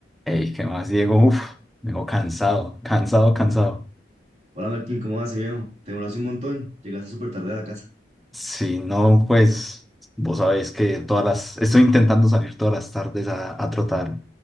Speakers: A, in the centre; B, on the right (about 40°).
A: Ey, ¿qué más, Diego? Uf, vengo cansado, cansado, cansado.
B: Hola Martín, ¿cómo vas, viejo? Te demoraste un montón, llegaste súper tarde a la casa.
A: Si no, pues vos sabés que todas las... Estoy intentando salir todas las tardes a, a trotar.